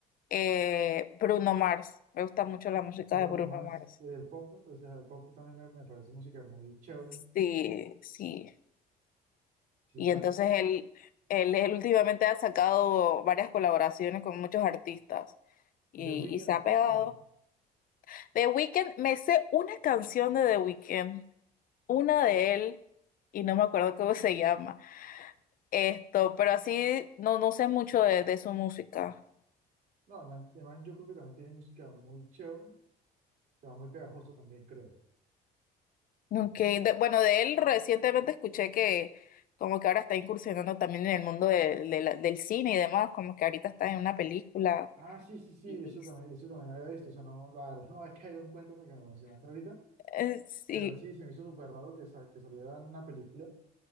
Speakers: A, on the left (about 55°); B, on the right (about 65°).
A: eh, Bruno Mars. Me gusta mucho la música
B: Bruno
A: de Bruno
B: Mars,
A: Mars.
B: el pop, o sea, el pop también me, me parece música muy chévere.
A: Sí, sí.
B: Sí,
A: Y
B: a
A: entonces
B: mí
A: él, él, él últimamente ha sacado varias colaboraciones con muchos artistas y,
B: ¿The Weeknd
A: y se
B: lo
A: ha
B: escuchas?
A: pegado.
B: No.
A: The Weeknd, me sé una canción de The Weeknd una de él y no me acuerdo cómo se llama. Esto, pero así no, no sé mucho de, de su música.
B: No, el man, el man yo creo que también tiene música muy chévere, o sea, muy pegajoso también, creo.
A: Nunca de- bueno, de él recientemente escuché que como que ahora está incursionando también en el mundo de- de la- del cine y demás, como que ahorita está en una película.
B: Ah, sí, sí, sí,
A: Y
B: eso también, eso también había visto. O sea, no, la verdad <laughs> no había caído en cuenta hasta que me lo mencionaste ahorita,
A: eh, sí,
B: pero sí, se me hizo súper raro que, sa- que saliera en una película.